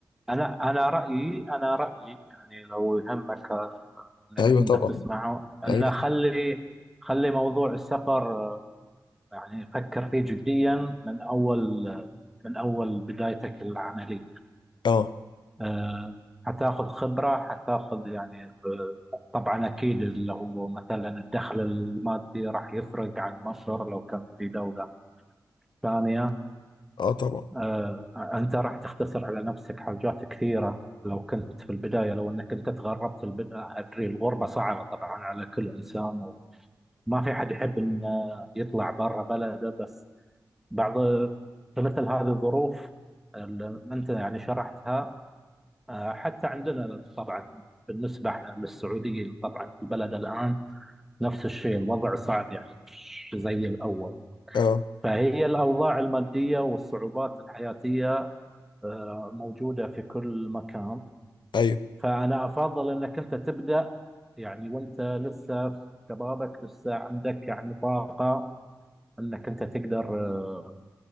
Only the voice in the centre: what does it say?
انا انا رايي انا رايي يعني لو يهمك انك
انت
تسمعه انه
خلي خلي موضوع السفر آه، يعني فكر فيه جديا من اول آه، من اول بدايتك العمليه
آه، حتاخذ خبره حتاخذ يعني آه، طبعا اكيد اللي هو مثلا الدخل المادي راح يفرق عن مصر لو كان في دوله ثانيه
آه، انت راح تختصر على نفسك حاجات كثيره لو كنت في البدايه لو انك انت تغربت في البدايه ادري الغربه صعبه طبعا على كل انسان ما في حد يحب انه يطلع برا بلده بس بعض فمثل هذه الظروف اللي انت يعني شرحتها آه، حتى عندنا طبعا بالنسبه احنا للسعوديين طبعا في البلد الان نفس الشيء الوضع صعب يعني مش زي الاول
فهي الاوضاع الماديه والصعوبات الحياتيه آه، موجوده في كل مكان
فانا افضل انك انت تبدا يعني وانت لسه في شبابك لسه عندك يعني طاقه انك انت تقدر آه،